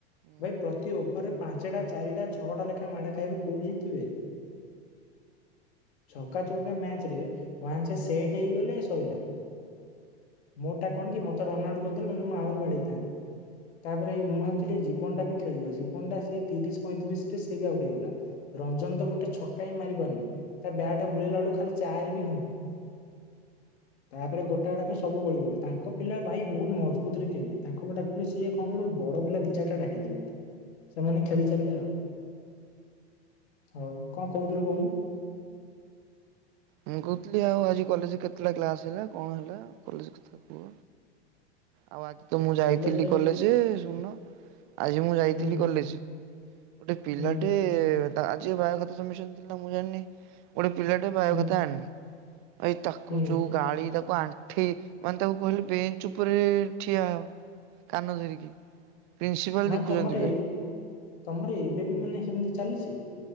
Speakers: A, on the right; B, on the left.
A: ହୁଁ
B: ଭାଇ ପ୍ରତି ଓଭରରେ ପାଞ୍ଚଟା ଚାରିଟା ଛଅଟା ଲେଖାଏଁ ମାଡ଼େ ଖାଇବୁ କୋଉଠି ଜିତିବେ? ଛକା ଚୌକା ମ୍ୟାଚରେ ଭନ୍ସା ସେଟ୍ ହେଇଗଲେ ଶଇଲା। ମୋଟା କଣ କି ମତେ ରନ ଆଉଟ କରିଦେଲେ, ନହେଲେ ମୁଁ ଆହୁରି ବାଡେଇଥାନ୍ତି। ତାପରେ ମୁଁ ଭାବଥିଲି ଜୀବନଟା ବି ଖେଳିବ ଜୀବନଟା ସେଇ ତିରିଶ ପଇଁତିରିଶ ରେ ସିଏ ବି ଆଉଟ ହେଇଗଲା। ରଞ୍ଜନ ତ ଗୋଟେ ଛକା ହିଁ ମାରି ପାରୁନି ତା ବ୍ୟାଟ ବୁଲିଲା ବେଳକୁ ଖାଲି ଚାରି ବି ହଉ
A: ହ
B: ତାପରେ ଗୋଟା ଗଟାତ ସବୁ ଗଳିଗଲେ ତାଙ୍କ ପିଲା ଭାଇ ବହୁତ ମଜବୁତରେ ଖେଳିଲେ ତାଙ୍କ ଡାକୁ ଥିଲି ସିଏ କଣ କ ବଡ ପିଲା ଦି ଚାରଟା ଡାକିଦବୁ ସେମାନେ ଖେଳି ଚାଲିଲେ ଆଉ ହଉ କଣ କହୁଥିଲୁ କହୁନୁ?
A: ମୁଁ କହୁଥିଲି ଆଜି କଲେଜ କେତେବେଳେ କ୍ଲାସ ହେଲା କଣ ହେଲା କଲେଜ କଥା କୁହ? ଆଉ ଆଜି ତ ମୁଁ ଯାଇଥିଲି
B: କଲେଜ
A: କଲେଜ ଶୁଣୁନ ଆଜି ମୁଁ ଯାଇଥିଲି
B: ହୁଁ
A: କଲେଜ ଗୋଟେ ପିଲାଟେ
B: ହୁଁ
A: ତା ଆଜି ବାୟ ଖାତା ସବମିଶନ ଥିଲା ନା ମୁଁ ଜାଣିନି ଗୋଟେ ପିଲାଟେ ବାୟ
B: ହୁଁ
A: ଖାତା ଆଣିନି ଭାଇ ତାକୁ
B: ହୁଁ
A: ଯୋଉ ଗାଳି ତାକୁ ଆଣ୍ଠେଇ ମାନେ ତାକୁ କହିଲି ବେଞ୍ଚ ଉପରେ ଠିଆ ହଅ କାନ ଧରିକି। ପ୍ରିନ୍ସିପାଲ
B: ମାନେ
A: ଦେଖୁଛନ୍ତି
B: ତମର
A: ଫେରେ।
B: ଏ ତମର ଏବେ ବି ମାନେ ସେମିତି ଚାଲିଛି।